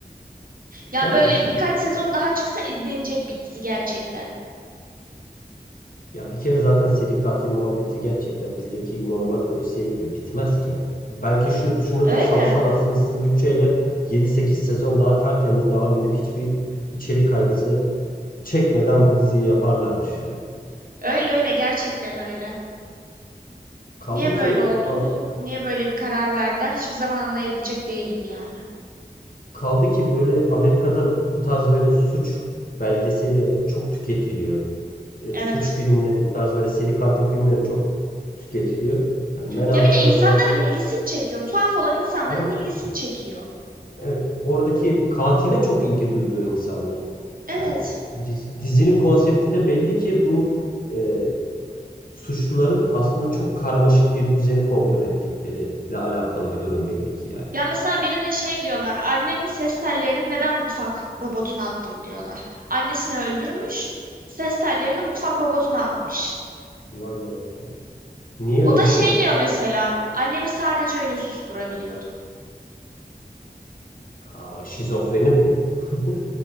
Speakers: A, on the left; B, on the right.
A: güzel
B: Ya böyle
A: dizi.
B: birkaç sezon daha çıksa izlenecek bir dizi gerçekten.
A: Ya bir kere zaten seri katil muhabbeti gerçekten bizdeki normal polisiye gibi bitmez ki yani. Belki şu şunu
B: Öyle.
A: salsalar sınırsız bütçeyle yedi sekiz sezon daha tertemiz devam edip hiçbir içerik kaygısı çekmeden bu diziyi yaparlarmış yani.
B: Öyle öyle gerçekten öyle.
A: Kaldı
B: Niye böyle
A: ki e,
B: oldu?
A: am-
B: Niye böyle bir karar verdiler? Hiçbir zaman anlayabilecek değilim yani.
A: kaldı ki böyle Amerika'da bu tarz böyle suç belgeseli çok tüketiliyor. E,
B: Evet.
A: suç filmleri bu tarz böyle seri katil filmleri çok tüketiliyor. Yani Manhunter'a
B: Ya bir de insanların
A: buna
B: ilgisini çekiyor. Tuhaf olan insanların
A: evet
B: ilgisini çekiyor.
A: Evet, oradaki katile çok ilgi duyuyor insanlar.
B: Evet.
A: Yani diz- dizinin konsepti de belli ki bu e, suçluların aslında çok karmaşık bir düzeni kontrol ettikleriyle alakalı bir durum belli ki yani.
B: Ya mesela birine şey diyorlar. Annenin ses tellerini neden mutfak robotuna attım diyorlar. Annesini öldürmüş. Ses tellerini mutfak robotuna atmış.
A: Vay manyak vay. Niye
B: O
A: öyle
B: da
A: bir
B: şey
A: şey yapmış?
B: diyor mesela. Annemi sadece öyle susturabiliyordum.
A: Aa, şizofreni bu ya. <laughs>